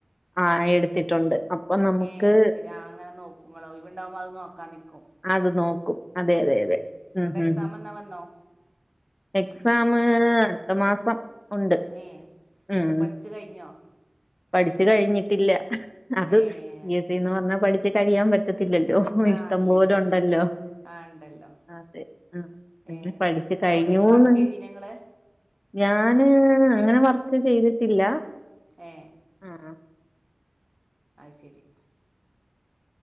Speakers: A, on the left (about 25°); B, on the right (about 45°).
A: ആ എടുത്തിട്ടുണ്ട് നമുക്ക്
B: ഏയ അയ്ശരി ആ അങ്ങനെ നോക്കുമ്പളോ ഒഴിവിണ്ടാവുമ്പോ അത് നോക്കാ നിക്കും
A: അത് നോക്കും അതെ അതെ അതെ
B: ഉം നിങ്ങടെ
A: ഉം
B: എക്സാം
A: ഉം
B: എന്നാ വന്നോ
A: എക്സാമ് അടുത്ത മാസം ഉണ്ട്
B: ഏ
A: ഉം
B: അത് പഠിച്ചു കഴിഞ്ഞോ
A: പഠിച്ചു കഴിഞ്ഞിട്ടില്ല അത്
B: ഏഹ്
A: പി
B: അത്
A: എസ്
B: ശരി
A: സിന്ന് പറഞ്ഞാ പഠിച്ച് കഴിയാൻ പറ്റത്തി ത്തില്ലല്ലോ
B: ആഹ്
A: ഇഷ്ടം
B: ഇല്ലല്ലോ
A: പോലും ഉണ്ടല്ലോ
B: ആഹ് ഉണ്ടല്ലോ
A: അതെ ആ
B: ഏഹ്
A: പഠിച്ചു കഴിഞ്ഞുന്ന്
B: എവിടെയെങ്കിലും വർക്ക് ചെയ്തീനോ ഇങ്ങള്
A: ഞാന് ആ അങ്ങനെ വർക്ക് ചെയ്തിട്ടില്ല
B: ഏ
A: ആ
B: അത് ശരി